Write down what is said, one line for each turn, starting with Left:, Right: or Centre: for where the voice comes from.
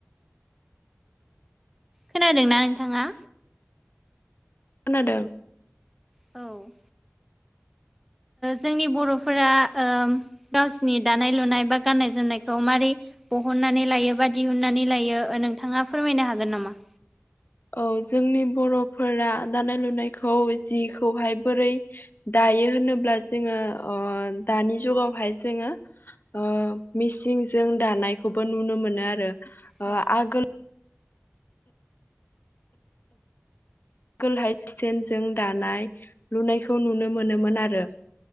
Centre: खोनादोंना नोंथाङा।
Left: खोनादों
Centre: औ जोंनि बर'फोरा गावसिनि दानाय लुनाय बा गाननाय जोमनायखौ मारै बहननानै लायो बा दिहुननानै लायो नोंथाङा फोरमायनो हागोन नामा
Left: औ जोंनि बर'फोरा दानाय लुनायखौ जिखौहाय बोरै दायो होनोब्ला जोङो दानि जुगावहाय जोङो मिसिंजों दानायखौबो नुनो मोनो आरो
Centre: औ
Left: आगोल कोल हाइ स्टेनजों दानाय लुनायखौ नुनो मोनोमोन आरो